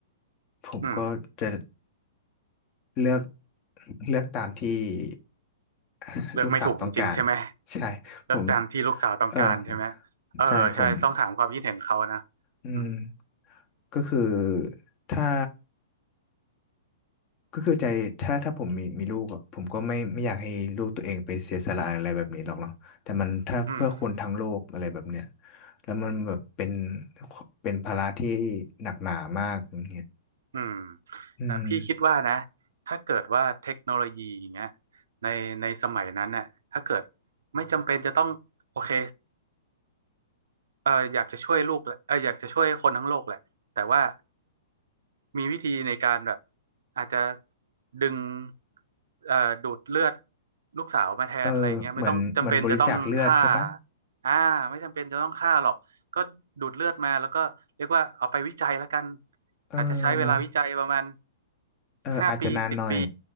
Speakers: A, on the left; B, on the right.
A: ผมก็จะ
B: อืม
A: เลือกเลือกตามที่ <coughs> <laughs>
B: เลือกไม่ถูกจริงๆใช่ไหม
A: ลูกสาวต้องการใช่ผม
B: เลือกตามที่ลูกสาวต้องการใช่ไหม
A: เออ
B: เออใช่ต้องถามความคิดเห็นเขานะ
A: ใจผมอืม
B: อืม
A: ก็คือถ้า ก็คือใจถ้าถ้าผมมีมีลูกอะผมก็ไม่ไม่อยากให้ลูกตัวเองไปเสียสละอะไรแบบนี้หรอกเนาะแต่มันถ้าเพื่อคนทั้งโลกอะไรแบบเนี้ย
B: อืม
A: แล้วมันแบบเป็นเป็นภาระที่หนักหนามากอย่างเงี้ย
B: อืม
A: อืม
B: แต่พี่คิดว่านะถ้าเกิดว่าเทคโนโลยีอย่างเงี้ยในในสมัยนั้นน่ะถ้าเกิดไม่จำเป็นจะต้องโอเค เอออยากจะช่วยลูกแหละเอออยากจะช่วยคนทั้งโลกแหละแต่ว่ามีวิธีในการแบบอาจจะดึงเอ่อดูดเลือดลูกสาวมาแทนอะไรอย่างเงี้ยไม่ต้องจำเป็นจะต้องฆ่า
A: เออเหมือนเหมือนบริจาคเลือดใช่ปะ
B: อ่าไม่จำเป็นจะต้องฆ่าหรอกก็ดูดเลือดมาแล้วก็เรียกว่าเอาไปวิจัยแล้วกัน
A: เออเนาะ
B: อาจจะใช้เวลาวิจัยประมาณ
A: เอออาจจะนานหน่อย
B: ห้าปีสิบปี